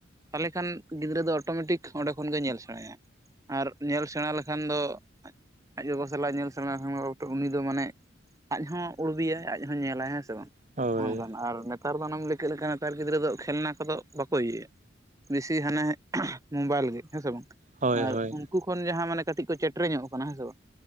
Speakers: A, on the right (about 15°); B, on the right (about 40°).
A: ᱛᱟᱦᱚᱞᱮ ᱠᱷᱟᱱ ᱜᱤᱫᱽᱨᱟᱹ ᱫᱚ ᱚᱴᱳᱢᱮᱴᱤᱠ ᱚᱸᱰᱮ ᱠᱷᱚᱱ ᱜᱮ ᱧᱮᱞ ᱥᱮᱸᱲᱟᱭᱟᱭ ᱟᱨ ᱧᱮᱞ ᱥᱮᱸᱲᱟ ᱞᱮᱠᱷᱟᱱ ᱫᱚ ᱟᱡ ᱜᱚᱜᱚ ᱥᱟᱞᱟᱜ ᱧᱮᱞ ᱥᱮᱸᱲᱟ <unintelligible> ᱩᱱᱤ ᱫᱚ ᱢᱟᱱᱮ ᱟᱡ ᱦᱚᱸ ᱩᱬᱵᱤᱭᱟᱭ ᱟᱡ ᱡᱟᱦᱟᱸ ᱧᱮᱞᱟᱭ ᱦᱮᱸ ᱥᱮ ᱵᱟᱝ
B: ᱦᱳᱭ
A: ᱱᱚᱜ -ᱚᱱᱠᱟᱱ ᱟᱨ ᱱᱮᱛᱟᱨ ᱫᱚ ᱚᱱᱟᱢ ᱞᱟᱹᱭ ᱠᱮᱜ ᱞᱮᱠᱟ ᱱᱮᱛᱟᱨ ᱜᱤᱫᱽᱨᱟᱹ ᱫᱚ ᱠᱷᱮᱞᱱᱟ ᱠᱚᱫᱚ ᱵᱟᱠᱚ ᱤᱭᱟᱹᱭᱟ᱾ ᱵᱮᱥᱤ ᱦᱟᱱᱮ ᱢᱳᱵᱟᱞ ᱜᱮ ᱦᱮᱸ ᱥᱮ ᱵᱟᱝ,
B: ᱦᱳᱭ
A: ᱟᱨ
B: ᱦᱳᱭ
A: ᱩᱱᱠᱩ ᱩᱱᱠᱩ ᱠᱷᱚᱱ ᱡᱟᱦᱟᱸ ᱢᱟᱱᱮ ᱠᱟᱹᱴᱤᱡ ᱠᱚ ᱪᱮᱴᱨᱮ ᱧᱚᱜ ᱠᱟᱱᱟ ᱦᱮᱸ ᱥᱮ ᱵᱟᱝ